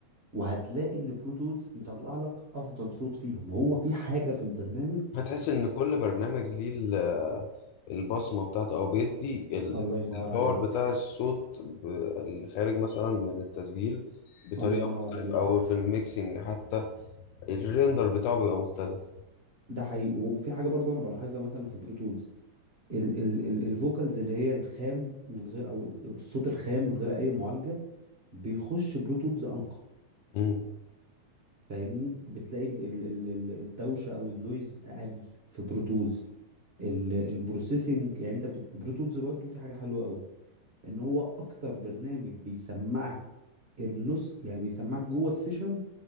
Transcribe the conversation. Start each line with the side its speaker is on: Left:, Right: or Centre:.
Right: وهتلاقي ان برو تولز مطلع لك افضل صوت فيهم هو في حاجه في البرنامج
Left: هتحس ان كل برنامج ليه ال- البصمه بتاعته او بيدي ال-
Right: الله ينور
Left: الباور
Right: عليك
Left: بتاع الصوت ب- اللي خارج مثلا من التسجيل بطريقه
Right: الله ينور
Left: مختلفه
Right: عليك
Left: او في الميكسينج حتى الريندر بتاعه بيبقى مختلف
Right: ده حقيقي وفي حاجه برضه انا بلاحظها مثلا في برو تولز ال ال ال الفوكالز اللي هي الخام من غير او الصوت الخام من غير اي معالجه بيخش برو تولز انقى
Left: امم
Right: فاهمني بتلاقي ال ال ال ال- الدوشه او النويز اقل في برو تولز البروسيسنج يعني انت بت- برو تولز برضه في حاجه حلوه قوي ان هو اكتر برنامج بيسمعك النص يعني بيسمعك جوه السيشن